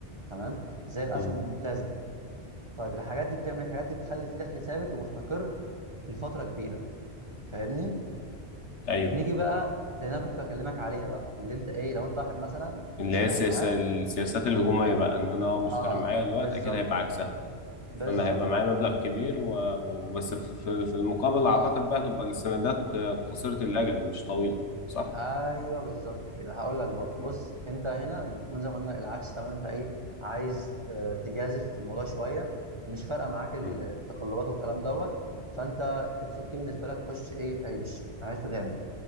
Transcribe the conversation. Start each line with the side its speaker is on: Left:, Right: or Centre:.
Right: تمام زي الاسهم
Left: مم.
Right: الممتازه طيب الحاجات دي بتعمل إيه؟ الحاجات دي بتخلي في دخل ثابت ومستقر لفتره كبيره فاهمني
Left: ايوه
Right: نيجي بقى لان انا كنت بكلمك عليها بقى اللي انت ايه لو انت واحد مثلا مش
Left: اللي هي
Right: فارق
Left: السياسة
Right: معاك
Left: السياسات الهجومية بقى ان انا اه مش
Right: اه
Left: فارق معايا الوقت
Right: بالظبط
Left: اكيد هيبقى
Right: كده
Left: عكسها
Right: بالظبط
Left: فانا هيبقى معايا مبلغ كبير و- وبس في في- في المقابل اعتقد
Right: اه
Left: بقى تبقى السندات آه، قصيرة الاجل مش طويلة صح؟
Right: ايوه بالظبط كده هقول لك برضه
Left: مم.
Right: بص انت هنا بتكون زي ما قلنا العكس تماما انت ايه عايز آه، تجازف في الموضوع شويه مش فارقه معاك ال-
Left: مم.
Right: التقلبات والكلام دوت فانت اتس اوكي بالنسبه لك خش ايه عيش عايز تغامر